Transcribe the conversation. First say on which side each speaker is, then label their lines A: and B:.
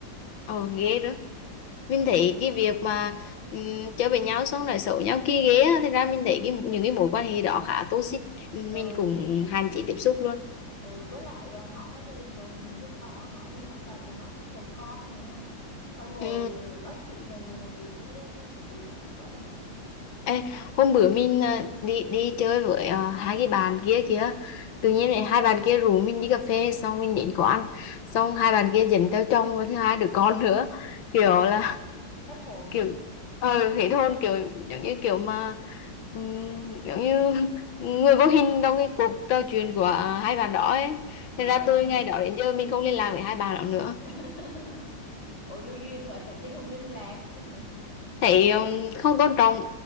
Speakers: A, on the left; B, on the left.
A: ờ, ghê đó mình
B: ừ
A: thấy cái việc mà um, chơi với nhau xong lại xấu nhau kia ghê á. Thật ra mình thấy cái những cái mối quan hệ đó khá toxic mình
B: ừ
A: cũng hạn chế tiếp xúc luôn
B: ừ với lại à, họ có gia đình rồi mình chưa có họ đi họ toàn là nói chuyện chồng con không à xong rồi
A: ừ
B: nói chuyện về người này người kia tôi không thích thích như vậy
A: Ê, hôm bữa mình
B: ờ
A: à, đi đi chơi với à, hai cái bạn kia kìa
B: ừ
A: tự nhiên này hai bạn kia rủ mình đi cà phê xong mình đến quán xong hai bạn kia dẫn theo chồng và thứ hai đứa con nữa kiểu
B: ờ
A: là
B: hết hồn
A: kiểu ờ thế thôn kiểu giống như kiểu mà ừm, giống như <laughs> người vô hình trong cái cuộc trò chuyện của à, hai bạn đó ấy
B: <laughs>
A: thế
B: ờ
A: ra từ ngày đó đến giờ mình không liên lạc với hai bạn đó nữa
B: <laughs> Ủa vô duyên mà tự nhiên không liên lạc <laughs>
A: thấy
B: thì lúc
A: um, không tôn trọng